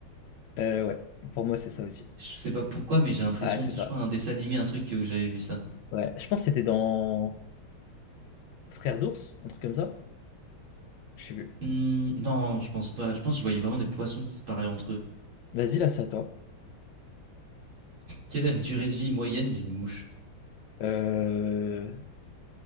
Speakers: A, on the left; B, on the right.
A: Euh, ouais, pour moi, c'est ça aussi.
B: Je sais pas pourquoi, mais j'ai l'impression...
A: Ah, ouais, c'est
B: de-
A: ça.
B: Je crois un dessin animé, un truc où j'avais vu ça.
A: Ouais, je pense que c'était dans Frères d'ours, un truc comme ça. Je sais plus.
B: Hmm, non, je pense pas. Je pense que je voyais vraiment des poissons qui se parlaient entre eux.
A: Vas-y, là, c'est à toi.
B: Quelle est la durée de vie moyenne d'une mouche?
A: Euh,